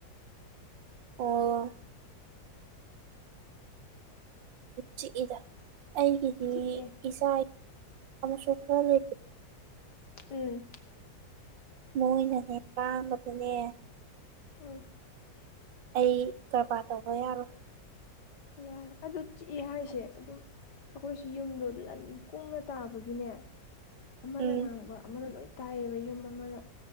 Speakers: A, on the right; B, on the left.
A: ꯑꯣ ꯆꯤꯛꯏꯗ ꯑꯩꯒꯤꯗꯤ
B: ꯆꯤꯛꯑꯦ
A: ꯏꯆꯥ ꯁꯥ ꯐꯗ
B: ꯎꯝ
A: ꯃꯣꯏꯅꯅꯦ ꯀꯥꯡꯥꯡꯕꯗꯨꯅꯦ
B: ꯎꯝ
A: ꯑꯩ ꯀꯔꯕꯥꯔ ꯇꯧꯕ ꯌꯥꯔꯣꯏ
B: ꯌꯥꯔꯦ ꯑꯗꯨ ꯆꯤꯛꯑꯦ ꯍꯥꯏꯁꯦ ꯑꯗꯨꯝ ꯑꯩꯈꯣꯏꯁꯨ ꯌꯨꯝꯗꯣ ꯂꯟ ꯀꯨꯡꯅ ꯇꯥꯕꯒꯤꯅꯦ ꯑꯃꯅ
A: ꯎꯝ
B: ꯉꯥꯡꯕ ꯑꯃꯅ ꯂꯣꯏ ꯇꯥꯏꯌꯦꯕ ꯌꯨꯝ ꯑꯃꯅ